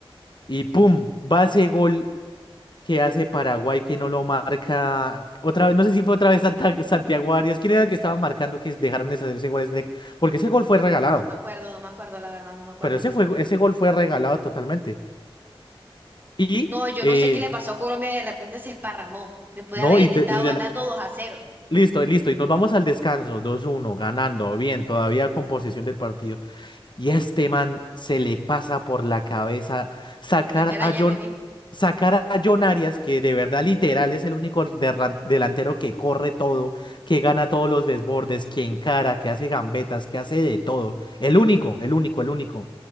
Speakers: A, on the left (about 55°); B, on the right (about 20°).
A: y pum, va ese gol que hace Paraguay que no lo marca, otra vez, no sé si fue otra vez Santa- Santiago Arias, ¿quién era el que estaba marcando que dejaron de hacer ese gol? Es de- Porque ese gol fue regalado.
B: Uy, no me acuerdo, no me acuerdo, la verdad, no me acuerdo.
A: Pero ese fue, ese gol fue regalado totalmente. Y,
B: No, yo
A: eh,
B: no sé qué le pasó a Colombia, de repente se esparramó. Después
A: no,
B: de haber
A: y de,
B: estado
A: y de
B: ganando
A: la...
B: 2 a cero
A: Listo, listo, y nos vamos al descanso, dos uno ganando, bien, todavía con posesión del partido. Y a este man se le pasa por la cabeza sacar
B: meter a
A: a
B: Jerry
A: John,
B: Mina.
A: sacar a John Arias, que de verdad literal es el único derran- delantero que corre todo, que gana todos los desbordes, que encara, que hace gambetas, que hace de todo. El único, el único, el único.